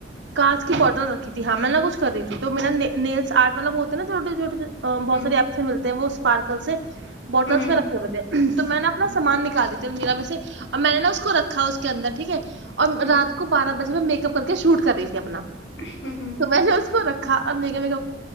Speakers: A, on the right; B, on the left.
A: کاانچ کی بوٹل رکھی تھی ہاں میں نہ کھ کر رہی تھی تو میرا نی آرٹ والا بتا نا چھوٹے چھوٹے بہت
B: ہوں
A: سار ایپ سے ملتے ہیں وہ پارکل سے بوٹلس
B: ہوں
A: میں رکھے ہوئے تھ تو میں نے اپنا سامان نکال تھے میرا میں سے اور میں نے نا اس کو رکھا اس کے اندر ٹھیک ہے اور
B: ہوں
A: رات کو بارہ بجے میں میک اپ کر کے شوٹ کری اپنا
B: ہ ہوں
A: تو میں نے اس کو رکھا ا میں